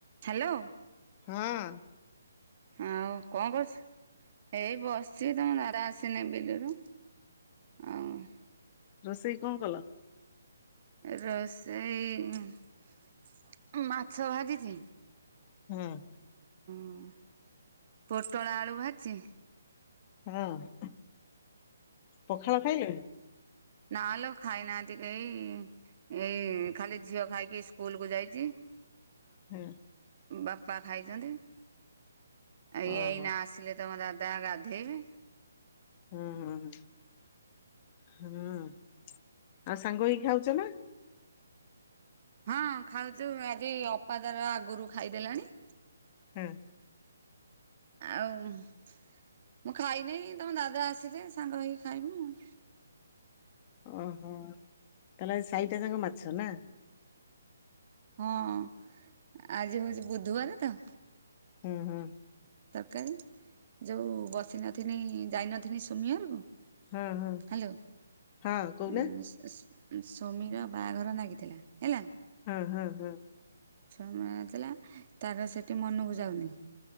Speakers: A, on the right; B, on the left.
A: Hello.
B: ହଁ
A: ଆଉ କଣ କରୁଛୁ? ଏଇ ବସି ସିଏ ତାଙ୍କର ନାରା ଆସିନେଇଁ ବିଲରୁ ଆଉ
B: ରୋଷେଇ କଣ କଲ?
A: ରୋଷେଇ ମାଛ ଭାଜିିଛି
B: ହୁଁ।
A: ହୁଁ ପୋଟଳ ଆଳୁ ଭାଜିଛି
B: ହଁ ପଖାଳ ଖାଇଲଇ?
A: ନାଁ ଲୋ ଖାଇନାହାଁନ୍ତି କେହି ଏଇ ଖାଲି ଝିଅ ଖାଇକି ସ୍କୁଲକୁ ଯାଇଚି
B: ହୁଁ।
A: ବାପା ଖାଇଛନ୍ତି, ଆ ଇଏ
B: ଓହୋ
A: ଏଇନା ଆସିଲେ ତମ ଦାଦା ଗାଧେଇବେ
B: ହୁଁ ହୁଁ ହୁଁ। ହୁଁ। ଆଉ ସାଙ୍ଗ ହେଇ ଖାଉଛ ନା?
A: ହଁ ଖାଉଛୁ ଆଗି ଅପା ତାର ଆଗରୁ ଖାଇଦେଲାଣି
B: ହୁଁ।
A: ଆଉ ମୁଁ ଖାଇନେଇଁ ତମ ଦାଦା ଆସିଲେ ସାଙ୍ଗ ହେଇକି ଖାଇବୁ ଆଉ।
B: ଓହୋ। ତାହେଲେ ଆଜି ସାଇଟା ଯାକ ମାଛ ନା?
A: ହଁ ଆଜି ହଉଛି ବୁଧୁବାର ତ
B: ହୁଁ ହୁଁ।
A: କାଇଁ ଯୋଉ ବସିନଥିନି ଯାଇନଥିନି ସୁମି ଘରକୁ
B: ହଁ ହଁ
A: ହ୍ୟାଲୋ,
B: ହଁ କହୁନା
A: ହୁଁ ସେ-ସେ ସୋମିର ବାହାଘର ନାଗିଥିଲା ହେଲା
B: ହଁ ହଁ ହଁ।
A: ସ୍ୱାମୀ ଆଇଥିଲା, ତାର ସେଠି ମନକୁ ଯାଉନେଇ